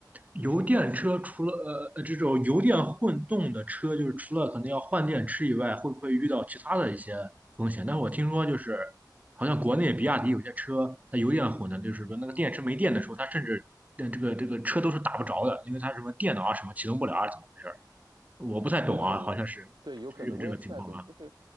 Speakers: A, on the right (about 20°); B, on the right (about 80°).
A: 油电车除了呃呃这种油电混动的车，就是除了可能要换电池以外，会不会遇到其他的一些风险？但是我听说就是，好像国内比亚迪有些车它油电混的，就是说那个电池没电的时候，它甚至呃这个这个车都是打不着的，因为它什么电脑啊什么启动不了啊，怎么回事儿？我不太懂啊，
B: 有可能，
A: 好像是
B: 对，有可能，
A: 是有这个情况吗？
B: 我也不太懂，就是，